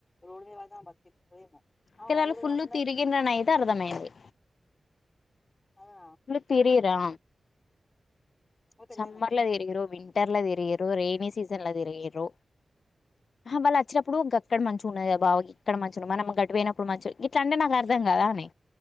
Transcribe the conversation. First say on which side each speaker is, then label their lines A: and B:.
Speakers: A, on the left; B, on the left.
A: రోడ్ మీద వడితే ఆమె బతుకు యెట్లుంటదో ఏమో ఆమె
B: కానీ
A: బడోడు
B: ఆళ్లు ఫుల్లు
A: కాకుండా
B: తిరిగిరనయితే అర్థమైంది
A: అవునా
B: తిరిగిరా
A: ఆమె పెళ్ళయినంకనా
B: సమ్మర్ల తిరిగిరు వింటర్ల తిరిగిరు రైనీ సీజన్ల తిరిగిరు హా వాళ్ళు వచ్చినప్పుడు అక్కడ మంచిగా ఉన్నాది బావ ఇక్కడ మంచి ఉంది మనమ్ గట్టు పోయినప్పుడు మంచి ఇట్లా అంటే నాకు అర్థం గాదానే